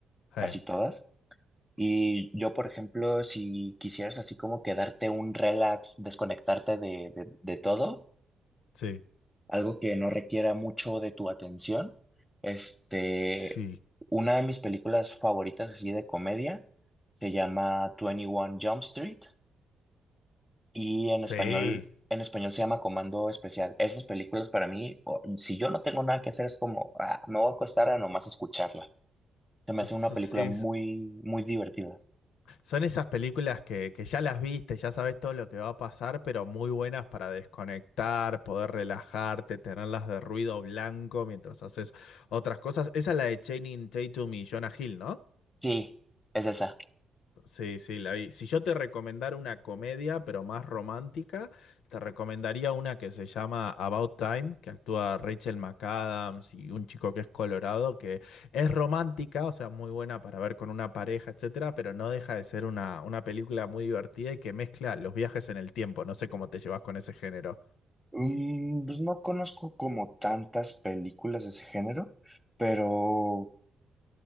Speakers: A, in the centre; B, on the left (about 80°).
A: casi
B: Sí.
A: todas. Y yo, por ejemplo, si quisieras así como quedarte un relax, desconectarte de, de, de todo,
B: Sí,
A: algo que no requiera mucho de tu atención, este,
B: sí,
A: una de mis películas favoritas así de comedia se llama 21 Jump Street. Y en
B: sí.
A: español, en español se llama Comando Especial. Esas películas para mí, o- si yo no tengo nada que hacer, es como, ah, me voy a acostar a nomás escucharla. Se me
B: S-
A: hace una película
B: sí,
A: muy,
B: s-
A: muy divertida.
B: Son esas películas que, que ya las viste, ya sabes todo lo que va a pasar, pero muy buenas para desconectar, poder relajarte, tenerlas de ruido blanco mientras haces otras cosas. Esa es la de Channing Tatum y Jonah Hill, ¿no?
A: Sí, es esa.
B: Sí, sí, la vi. Si yo te recomendara una comedia, pero más romántica, te recomendaría una que se llama About Time, que actúa Rachel McAdams y un chico que es colorado, que es romántica, o sea, muy buena para ver con una pareja, etcétera, pero no deja de ser una, una película muy divertida y que mezcla los viajes en el tiempo. No sé cómo te llevas con ese género.
A: Mm, pues no conozco como tantas películas de ese género, pero